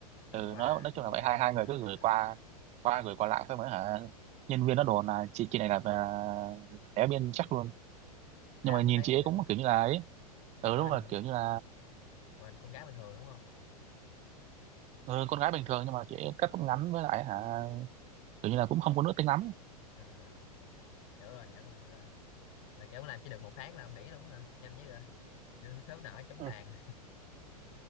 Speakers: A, on the left; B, on the right.
A: tặng
B: ừ,
A: quà
B: nói nói
A: gửi
B: chung
A: quà
B: là vậy hai
A: quá
B: hai
A: à,
B: người cứ
A: à,
B: gửi
A: à.
B: quà qua gửi quà lại xong rồi hả nhân viên nó đồn là chị chị này là à, đéo biên chắc luôn nhưng
A: thế ông
B: mà nhìn
A: có thấy
B: chị ấy
A: kiểu
B: cũng kiểu như là ấy
A: à,
B: ừ
A: ngoại
B: đúng rồi
A: hình
B: kiểu như là
A: ngoại hình con cá bình thường đúng không
B: ừ, con gái bình thường nhưng mà chị ấy cắt tóc ngắn
A: ừ.
B: với lại hả kiểu như là cũng không có nữ tính lắm
A: à, hiểu rồi hiểu rồi hiểu rồi là kiểu ông làm chỉ được một phát là ông nghỉ luôn hả nhanh như vậy kiểu, sớm nở chóng
B: Ừ.
A: tàn